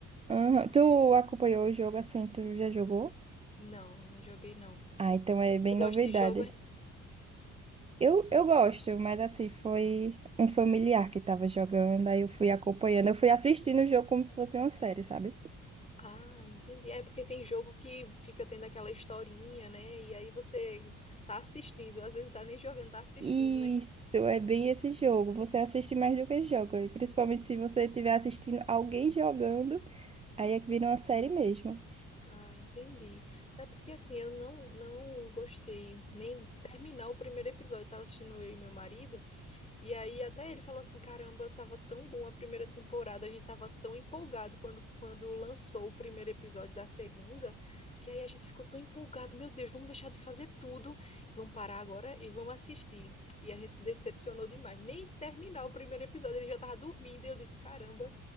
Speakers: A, on the right (about 20°); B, on the left (about 20°).
A: Aham. Tu acompanhou o jogo assim, tu já jogou?
B: Não, não joguei, não.
A: Ah, então é bem
B: Tu gosta
A: novidade.
B: de jogo, é?
A: Eu, eu gosto, mas assim, foi um familiar que tava jogando, aí eu fui acompanhando, eu fui assistindo o jogo como se fosse uma série, sabe?
B: Ah, entendi. É porque tem jogo que fica tendo aquela historinha, né? E aí você tá assistindo, às vezes não tá nem jogando, tá assistindo,
A: Isso,
B: né?
A: é bem esse jogo. Você assiste mais do que joga, e principalmente se você estiver assistindo alguém jogando, aí é que vira uma série mesmo.
B: Ah, entendi. É porque assim, eu não não gostei nem terminar o primeiro episódio. Eu tava assistindo eu e meu marido. E aí até ele falou assim, caramba, tava tão bom a primeira temporada, a gente tava tão empolgado quando, quando lançou o primeiro episódio da segunda, que aí a gente ficou tão empolgado, meu Deus, vamos deixar de fazer tudo, vamos parar agora e vamos assistir. E a gente se decepcionou demais, nem terminar o primeiro episódio, ele já tava dormindo, e eu disse, caramba,